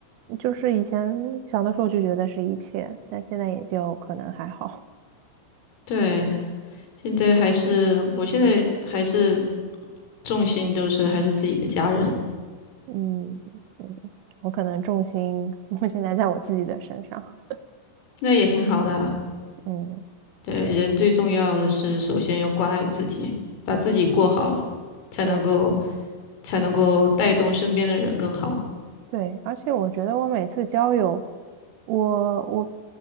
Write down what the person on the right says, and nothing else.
就是以前小的时候就觉得是一切，但现在也就可能还好。
嗯嗯，我可能重心 <laughs> 现在在我自己的身上。
嗯。
对。
对，而且我觉得我每次交友，我我